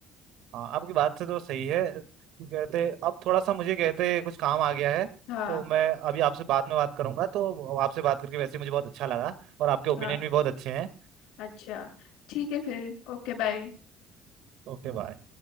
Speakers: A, on the right; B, on the left.
A: हाँ आपकी बात से तो सही है कि कहते अब थोड़ा सा मुझे कहते कुछ काम आ गया है
B: हाँ
A: तो मैं अभी आपसे बाद में बात करूंगा तो आपसे बात करके वैसे ही मुझे बहुत अच्छा लगा और आपके ओपिनियन
B: हाँ
A: भी बहुत अच्छे हैं
B: अच्छा ठीक है फिर Okay bye
A: Okay bye